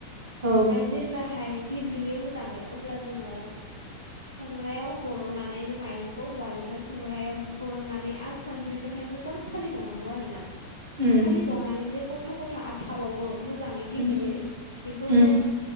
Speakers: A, on the right; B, on the right.
A: औ
B: ओमफ्राय जेब्लाहाय गेब्लेयो मोजाङै अब्ला जोङो संग्रायाव बरननानै बे माइरंखौ उवालनिफ्राय संग्रायाव बरननानै आरो सान्द्रिजोंहाय मोजों सालिबावनांगौ आरो ना,
A: उम
B: साहलिबावनानै जे गथा गथा आरो थाबावो- - मोजै गेब्लेयै
A: उम
B: बेफोरखौ
A: उम